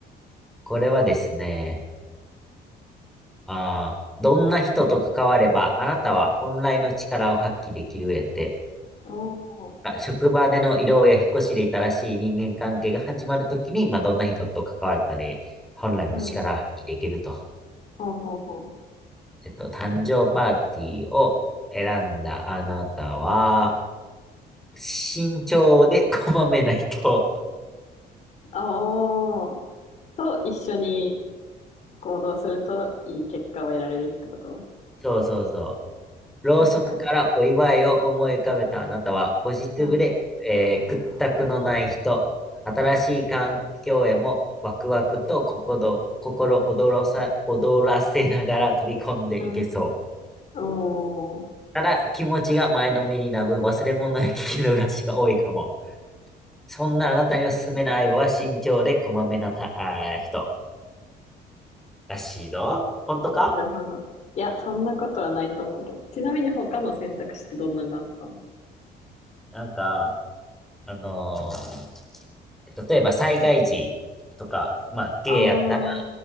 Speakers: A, in the centre; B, on the left.
A: これはですね、ああ、どんな人と関われば、あなたは本来の力を発揮できるやって。
B: おお、
A: まあ職場での異動や引っ越しで新しい人間関係が始まるときに、まあ、どんな人と関わったり、本来の力を発揮できると。
B: うん、ほうほうほう。
A: えっと、誕生パーティーを選んだあなたは、慎重でこまめな人。
B: ああ、と一緒に行動するといい結果を得られるってこと
A: そうそうそう。ろうそくからお祝いを思い浮かべたあなたは、
B: 確かに。
A: ポジティブで、
B: うん、
A: えー屈託のない人、新しい環境へもワクワクと心、心躍らさ、躍らせながら飛び込んでいけそう。
B: うん、おお、
A: ただ、気持ちが前のめりな分、忘れ物や聞き逃しが多いかも。そんなあなたにおすすめの相棒は慎重でこまめなた、あー人らしいぞ。本当か
B: なるほど。いや、そんなことはないと思うけど。ちなみに他の選択肢ってどんなのがあったの
A: なんか、あのー例えば災害時とか、まあ、ゲイやったら
B: あ